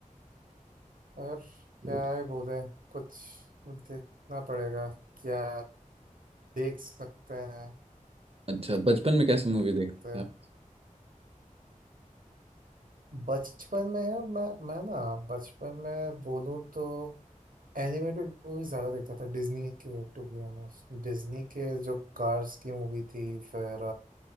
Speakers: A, on the right; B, on the right.
A: और क्या
B: को
A: है बोले कुछ देखना पड़ेगा क्या देख सकते हैं
B: अच्छा बचपन में कैसे मूवी देखते
A: तो
B: थे आप
A: बचपन में यार मैं मैं ना बचपन में बोलूँ तो एनिमेटेड मूवीज ज्यादा देखता था डिज्नी के टू बी ऑनेस्ट डिज्नी के जो कार्स की मूवी थी फिर